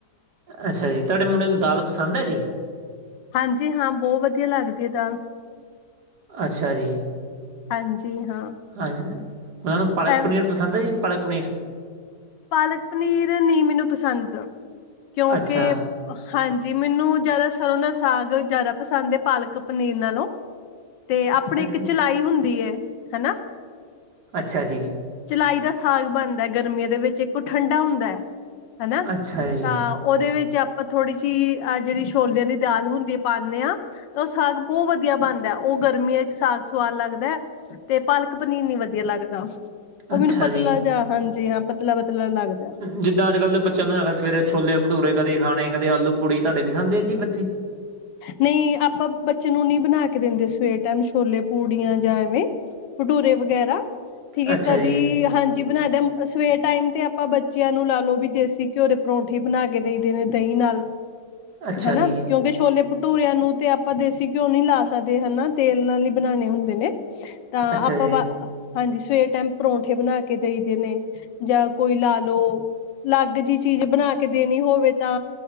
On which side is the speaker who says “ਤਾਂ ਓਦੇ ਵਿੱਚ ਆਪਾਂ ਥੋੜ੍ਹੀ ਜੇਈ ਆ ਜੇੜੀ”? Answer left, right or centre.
Left